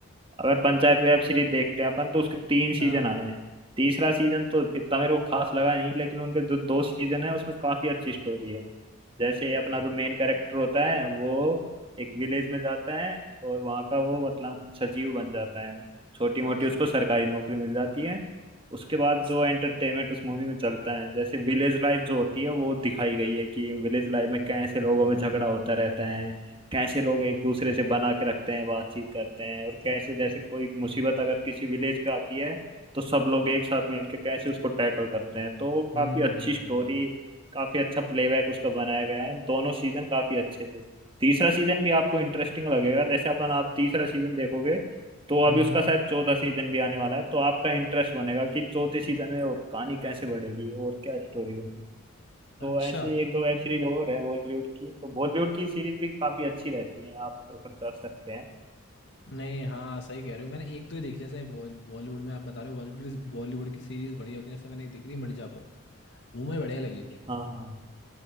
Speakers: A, on the right; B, on the left.
A: अगर पंचायत वेब सीरीज देखते हैं अपन तो उसके तीन सीजन
B: हाँ हाँ हाँ।
A: आए हैं तीसरा सीजन तो इतना मेरे को खास लगा नहीं लेकिन उनके जो दो सीजन है उसमें काफी अच्छी स्टोरी है जैसे अपना
B: हम्म,
A: जो मेन
B: हम्म।
A: कैरेक्टर होता है वो एक विलेज में जाता है और वहाँ का वो मतलब सचिव बन जाता है छोटी मोटी
B: अच्छा
A: उसको
B: अच्छा
A: सरकारी नौकरी मिल जाती है उसके बाद जो एंटरटेनमेंट उस मूवी में चलता है जैसे विलेज लाइफ जो होती है वो दिखाई गई है कि विलेज लाइफ में कैसे लोगों में झगड़ा होता रहता है कैसे लोग एक दूसरे से बना के रखते हैं बातचीत करते हैं और कैसे जैसे कोई मुसीबत अगर किसी विलेज पे आती है तो सब लोग एक साथ मिलकर कैसे उसको टैकल करते हैं तो काफी
B: हम्म हम्म
A: अच्छी स्टोरी काफी अच्छा प्लेबैक उसका बनाया गया है दोनों सीजन काफी अच्छे थे तीसरा सीजन भी आपको इंटरेस्टिंग लगेगा जैसे अपन आप तीसरा सीजन देखोगे तो अभी
B: हम्म
A: उसका
B: हम्म।
A: शायद चौथा सीजन भी आने वाला है तो आपका इंटरेस्ट बनेगा कि चौथे सीजन में और कहानी कैसे बढ़ेगी और क्या स्टोरी होगी
B: अच्छा
A: तो ऐसे एक दो वेब सीरीज और है बॉलीवुड की तो बॉलीवुड की सीरीज भी काफी अच्छी रहती है आप प्रेफर कर सकते हैं
B: नहीं हाँ सही कह रहे हो मैंने एक दो ही देखी जैसे बॉल- बॉलीवुड में आप बता रहे हो बॉलीवुड बॉलीवुड की सीरीज बढ़िया होती है जैसे मैंने एक देखी थी मिर्जापुर वो मुझे बढ़िया लगी थी
A: हाँ हाँ